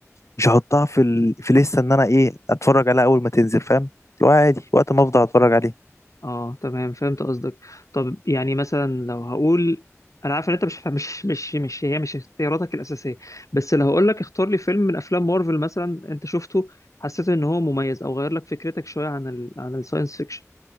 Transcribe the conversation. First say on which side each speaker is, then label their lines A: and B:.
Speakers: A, on the left (about 65°); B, on the left (about 85°).
A: مش هحطها في ال... في لسه ان انا ايه اتفرج عليها اول ما تنزل فاهم اللي هو عادي وقت ما افضل اتفرج عليه
B: اه تمام فهمت قصدك طب يعني مثلا لو هقول انا عارف ان انت مش مش مش مش هي مش اختياراتك الاساسيه بس لو هقول لك اختار لي فيلم من افلام مارفل مثلا انت شفته حسيت ان هو مميز او غير لك فكرتك شويه عن ال... عن الساينس فيكشن